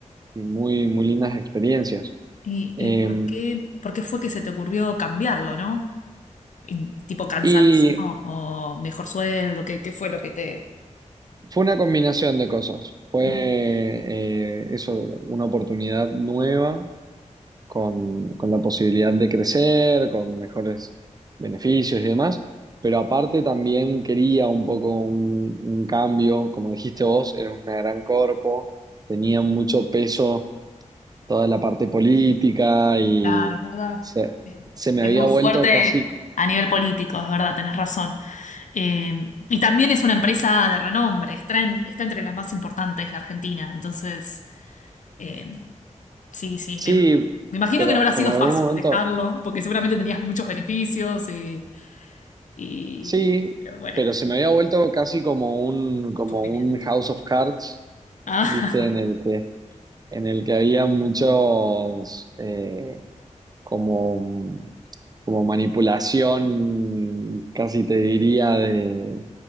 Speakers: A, on the right (about 30°); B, on the left (about 75°).
A: y muy, muy lindas experiencias.
B: ¿Y,
A: Eh,
B: y por qué, por qué fue que se te ocurrió cambiarlo, ¿no? Y, tipo cansadísimo
A: y
B: o mejor sueldo, ¿qué, qué fue lo que te,
A: fue una combinación de cosas. Fue
B: te...
A: eh, eso, una oportunidad nueva con, con la posibilidad de crecer, con mejores beneficios y demás. Pero aparte también quería un poco un, un cambio, como dijiste vos, era una gran corpo, tenía mucho peso toda la parte política y
B: Claro, es verdad.
A: se, se me
B: Es
A: había
B: muy
A: vuelto
B: fuerte
A: casi,
B: a nivel político, es verdad, tenés razón. Eh, y también es una empresa de renombre, está, en- está entre las más importantes de Argentina. Entonces, eh, sí, sí,
A: sí,
B: me, ima- me imagino
A: pero,
B: que no habrá sido
A: pero en
B: fácil
A: algún momento...
B: dejarlo, porque seguramente tenías muchos beneficios y, y-
A: Sí,
B: pero bueno,
A: pero se me había vuelto casi como un, como
B: sufrimiento.
A: un House of Cards,
B: Ah,
A: ¿viste? En el que, en el que había muchos eh, como, como manipulación, casi te diría, de,